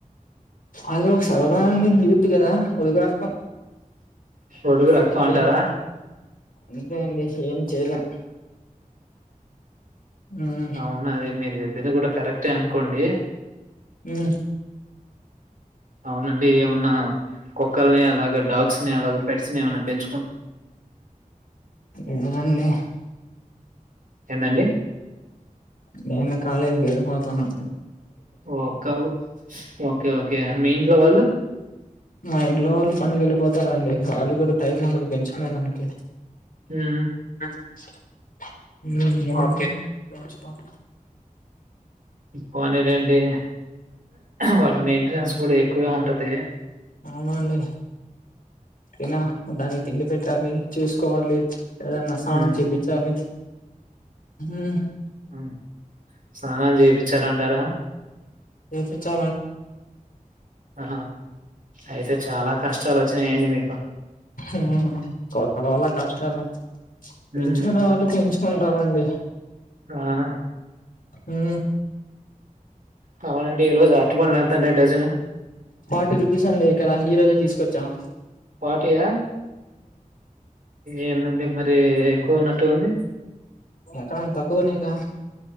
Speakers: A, on the left (about 75°); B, on the right (about 70°).
A: హలో సమయానికి పట్టి కదా <unintelligible> యస్తం
B: ఒడుగు రక్తం
A: ఏం చేయలేం
B: అంటారా
A: అంతే అండి ఏం చేయలేం మ్మ్
B: అవునాద మీరు చెప్పింది కూడా కరెక్టే అనుకోండి
A: మ్మ్
B: అవునండి ఏమన్నా కుక్కలని అలాగా డాగస్ ని అలా పెట్స్ ని ఏమనా పెంచ
A: ఇదండి
B: ఎందండి
A: నేను కాలేజీకి వెళ్ళిపోతాను
B: ఓ కౌ ఓకే ఓకే ఓకే మీ ఇంట్లో వాళ్ళు
A: మా ఇంట్లో వాళ్ళు పనికి వెళ్ళిపోతారండి వాళ్ళు కూడా టైం ఉండదు పెంచుకునే దానికి
B: ఉమ్,
A: అ ఓకే పం
B: పని రెండి వాటి మెయింటెనెన్స్ కూడా ఎక్కువె ఉంటది
A: అవునండి తిన దాన్ని తిండి పెట్టాలి చూస్ కోవాలి ఏదన్నా స్నానం
B: ఉమ్,
A: చేపించాలి ఊ
B: అ స్నానం చేపించారంటారా
A: చేపించాలండి
B: ఆ అయితే చాలా కష్టాలు వచ్చయండి మీకు
A: ఊ కొక్కల వల్ళ కష్టాలు పెంచుకునే
B: ఉమ్,
A: వాళ్ళు పెంచుకుంటారండి
B: ఆ
A: ఆ
B: హా అవునండి ఈరోజు అర్టిపంలు ఎంతండి డజను
A: ఫార్టీ రూపీస్ అండి ఇక్కడ ఈ రోజే తీసుకొచ్చాం
B: ఫాటీయా ఏందండి మరి కో నటు ఉంది
A: ఎక్కడన తకువనేకా